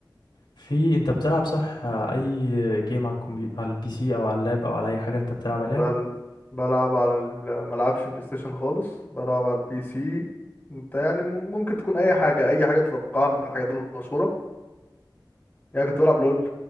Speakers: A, on the left (about 80°); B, on the left (about 25°).
A: في انت بتلعب صح اي جيم على الكمبيوتر على البي سي او على اللاب او على اي حاجه انت بتلعب عليها
B: بل بلعب على ال... ملعبش بلاي ستيشن خالص بلعب على البي سي انت يعني مم- ممكن تكون اي حاجة اي حاجة تتوقعها من الحاجات المشهورة يعني كنت بلعب لول